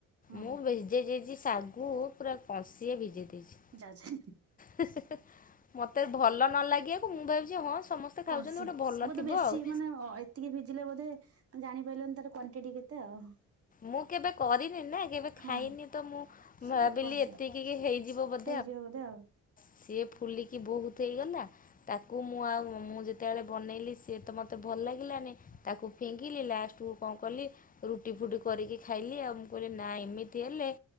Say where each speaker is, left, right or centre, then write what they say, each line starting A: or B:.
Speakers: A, on the right (about 50°); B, on the left (about 30°).
A: ହଁ
B: ମୁଁ
A: ହଁ
B: ଭିଜେଇ ଦେଇଛି ଶାଗୁ ପୁରା କଷିଏ ଭିଜେଇ ଦେଇଛି
A: ଯାଉଛି
B: ହ ମୋତେ ଭଲ ନ ଲାଗିବାକୁ ମୁଁ ଭାବିଛି ହଁ ସମସ୍ତେ
A: କଂସେ
B: ଖାଉଛନ୍ତି ଗୋଟେ ଭଲ
A: ବୋଧେ
B: ଥିବ
A: ବେଶୀ
B: ଆଉ।
A: ମାନେ ଏତିକି ଭିଜିଲେ ବୋଧେ ଜାଣି ପାରିଲନି ତାର କ୍ଵାଣ୍ଟି କେତେ ଆଉ
B: ମୁଁ କେବେ କରିନି ନା କେବେ ଖାଇନି
A: ହଁ
B: ତ ମୁଁ
A: ସେ
B: ଭାବିଲି
A: କଂସେ
B: ଏତିକି ହେଇଯିବ ବ
A: ହେଇଯିବ ବୋଧେ ଆଉ
B: ସିଏ ଫୁଲିକି ବହୁତ ହେଇଗଲା ତାକୁ ମୁଁ ଆଉ ମୁଁ ଯେତେବେଳେ ବନେଇଲି ସିଏ ତ ମୋତେ ଭଲ ଲାଗିଲାନି ତାକୁ ଫିଙ୍ଗିଲି ଲାଷ୍ଟକୁ କଣ କଲି ରୁଟି ଫୁଟି କରିକି ଖାଇଲି ଆଉ ମୁଁ କହିଲି ନା ଏମିତି ହେଲେ